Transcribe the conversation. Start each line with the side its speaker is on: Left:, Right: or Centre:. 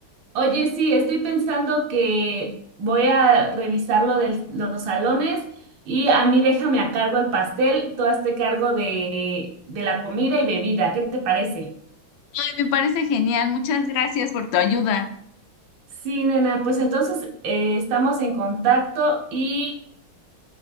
Right: Oye, sí, estoy pensando que voy a revisar lo de los salones y a mí déjame a cargo el pastel, tú hazte cargo de, de la comida y bebida. ¿Qué te parece?
Left: Ay, me parece genial. Muchas gracias por tu ayuda.
Right: Sí, nena, pues entonces eh, estamos en contacto y